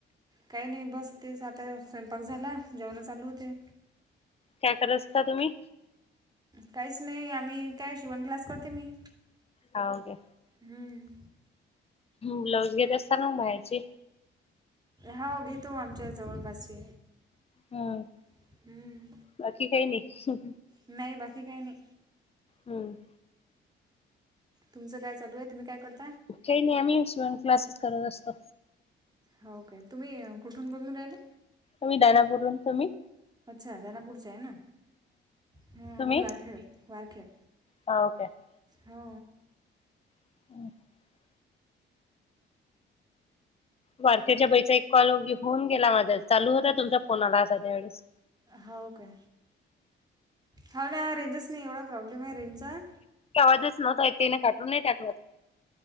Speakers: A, on the right; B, on the left.
A: काही नाही बस तेच, आता स्वयंपाक झाला. जेवणं चालू होते
B: काय करत असता तुम्ही?
A: काहीच नाही आम्ही काय शिवण क्लास करते मी
B: हा ओके.
A: हम्
B: ब्लाऊज घेत असताना बाहेरची
A: हो घेतो आमच्या जवळपासचे
B: हम्
A: हम्म.
B: बाकी काही नाही
A: नाही बाकी काही नाही.
B: हम्म
A: तुमच काय चालू आहे, तुम्ही काय करता?
B: काही नाही आम्ही शिवण क्लासेस करत असतो.
A: हो काय तुम्ही कुठून बोलून राहिल
B: आम्ही दानापूरून तुम्ही
A: अच्छा दानापूरचे आहे ना. हा
B: तुम्ही
A: मी वारखेळ वारखेळ
B: हाव काय
A: हो
B: <inaudible> वारखेळच्या बाईचा एक कॉल होऊन गेला माझा चालू होता तुमचा फोन आला त्यावेेळेस
A: हो का, हा ना रेंजच नाही एवढा प्रॉब्लेम आहे रेंजचा
B: आवाजच नव्हता तिने काटून नाही टाकत